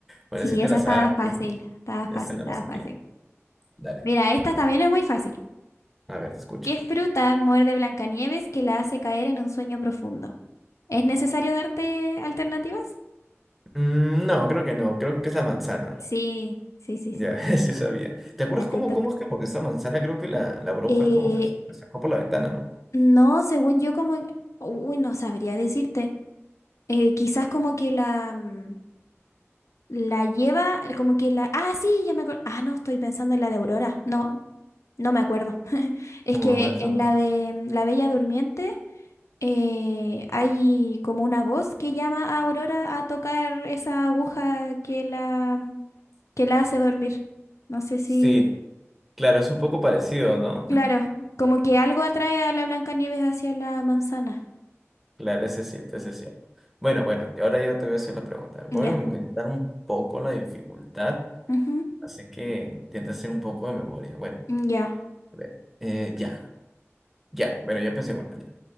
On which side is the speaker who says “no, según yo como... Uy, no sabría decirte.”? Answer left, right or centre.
Left